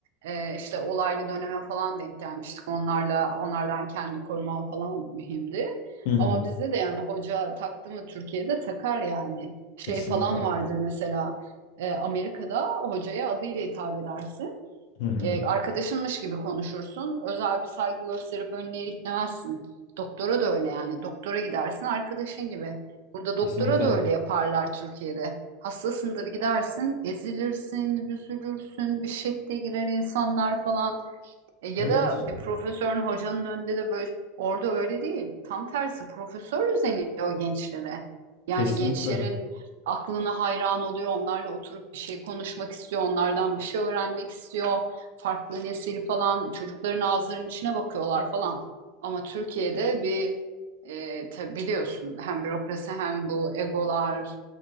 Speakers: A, on the right; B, on the left.
A: e, işte olaylı döneme falan denk gelmiştik. Onlarla onlardan kendi koruman falan mühimdi.
B: Hı hı.
A: Ama bizde de yani hoca taktı mı Türkiye'de takar yani. Şey
B: Kesinlikle.
A: falan vardır mesela. E, Amerika'da hocaya adıyla hitap edersin.
B: Hı hı.
A: E, arkadaşınmış gibi konuşursun. Özel bir saygı gösterip önüne iliklemezsin. Doktora da öyle yani. Doktora gidersin arkadaşın gibi. Burada doktora
B: Kesinlikle.
A: da öyle yaparlar Türkiye'de. Hastasındır gidersin, ezilirsin, büzülürsün, bir şekle girer insanlar falan. E, Ya
B: Evet,
A: da bir profesörün, hocanın önünde de böyle orada öyle değil. Tam tersi profesör özeniyor gençlere. Yani
B: kesinlikle.
A: gençlerin aklına hayran oluyor. Onlarla oturup bir şey konuşmak istiyor. Onlardan bir şey öğrenmek istiyor. Farklı nesil falan çocukların ağzlarının içine bakıyorlar falan. Ama Türkiye'de bir e, tabii biliyorsun hem bürokrasi hem bu egolar